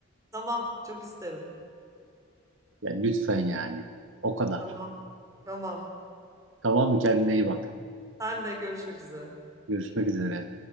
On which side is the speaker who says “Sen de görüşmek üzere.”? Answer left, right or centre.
Right